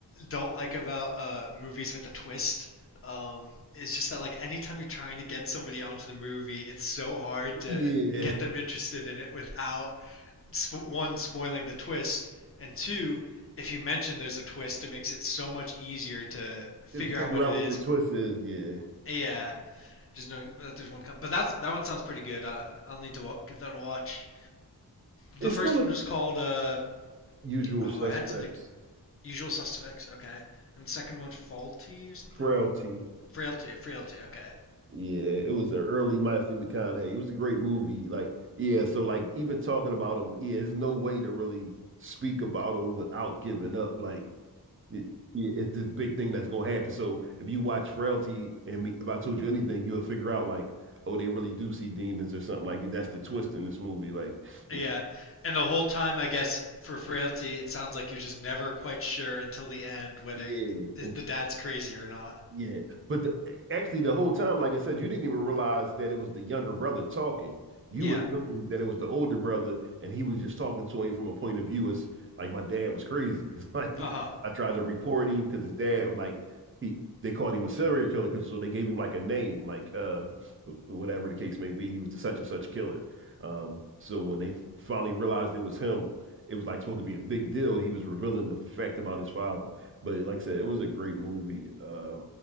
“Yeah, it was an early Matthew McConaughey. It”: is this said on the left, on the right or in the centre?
Right